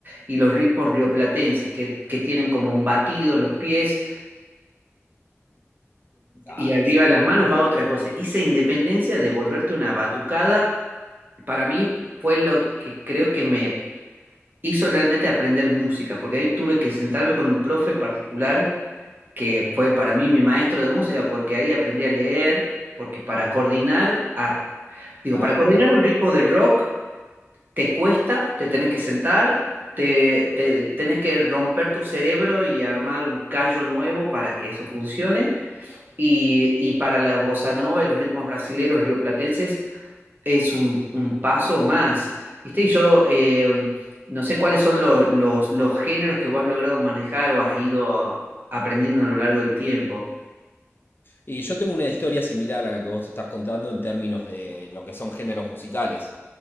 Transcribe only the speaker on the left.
Claro,
sí.
sí,
sí.
Claro,
claro.
Y yo tengo una historia similar a la que vos estás contando en términos de lo que son géneros musicales.